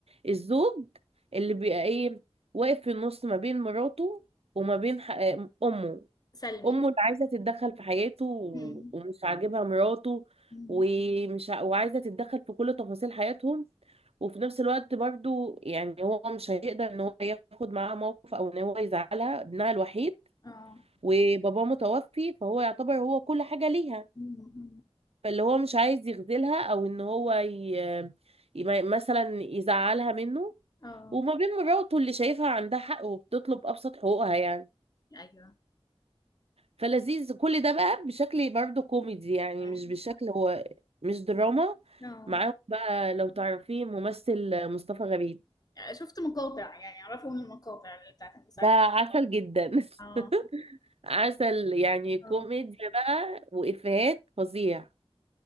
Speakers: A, on the right (about 70°); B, on the left (about 35°).
A: الزوج اللي بيبقى ايه واقف في النص ما بين مراته وما بين ح- آه، امه
B: سلبي
A: امه اللي عايزه تتدخل في حياته و-
B: أمم.
A: ومش عاجبها مراته
B: أمم.
A: ومش ع- وعايزه تتدخل في كل تفاصيل حياتهم وفي نفس الوقت برضو يعني هو مش هيقدر ان هو ياخد معاها موقف او ان هو يزعلها ابنها الوحيد
B: اه
A: وباباه متوفي فهو يعتبر هو كل حاجه ليها
B: أمم.
A: فاللي هو مش عايز يخذلها او ان هو ي... ي- مثلا يزعلها منه
B: اه
A: وما بين مراته اللي شايفها عندها حق وبتطلب ابسط حقوقها يعني
B: ايوه
A: فلذيذ كل ده بقى بشكل برضه كوميدي يعني
B: ايوه
A: مش بشكل هو مش دراما
B: اه
A: معاهم بقى لو تعرفيه ممثل مصطفى غريب
B: يعني شفت مقاطع يعني اعرفه من المقاطع اللي بتاعت المسلسل
A: ده عسل جدا
B: اه اه
A: <laughs> عسل يعني كوميديا
B: اه
A: بقى وإفيهات فظيع